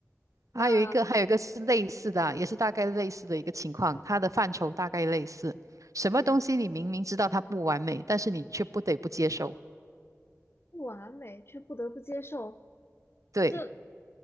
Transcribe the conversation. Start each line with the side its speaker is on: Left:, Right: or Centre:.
Left: 那
Right: 还有一个，还有一个是类似的啊也是大概类似的一个情况，它的范畴大概类似。什么东西你明明知道它不完美，
Left: 嗯，
Right: 但是你却不得不接受。
Left: 不完美，却不得不接受，
Right: 对，
Left: 这